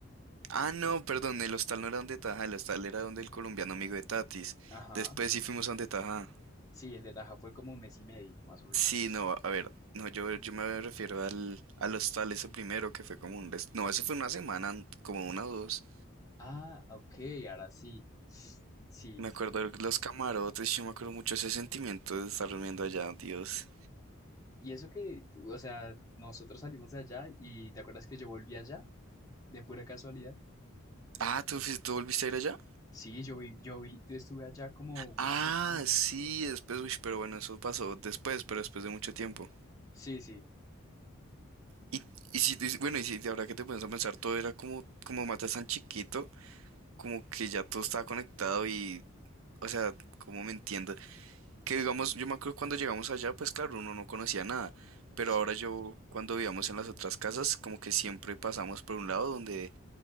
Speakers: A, on the right; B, on the left.
A: Ah, no, perdón, el hostal no era donde Taja, el hostal era donde el colombiano amigo de Tatis.
B: ajá,
A: Después sí fuimos a donde Taja.
B: sí, el de Taja fue como un mes y medio, más o menos.
A: Sí, no, a ver, no, yo, yo me refiero al, al hostal ese primero, que fue como un... res- No, eso fue una semana, como una o dos.
B: Ah, ok, ahora sí. Sí.
A: Me acuerdo
B: mm,
A: de los camarotes, yo me acuerdo mucho ese sentimiento de estar durmiendo allá, Dios.
B: Y eso que, o sea, nosotros salimos de allá y ¿te acuerdas que yo volví allá de pura casualidad?
A: Ah, ¿tú, fuis- tú volviste a ir allá?
B: Sí, yo vi, yo vi, yo estuve allá como una
A: Ah,
B: semana.
A: sí, después, uy, pero bueno, eso pasó después, pero después de mucho tiempo.
B: Sí, sí,
A: Y, y si, y si- bueno, y si de ahora que te pones a pensar, todo era como, como matas tan chiquito, como que ya todo estaba conectado y, o sea, como me entiendo. Que digamos, yo me acuerdo cuando llegamos allá, pues claro, uno no conocía nada, pero
B: sí.
A: ahora yo, cuando vivíamos en las otras casas, como que siempre pasamos por un lado donde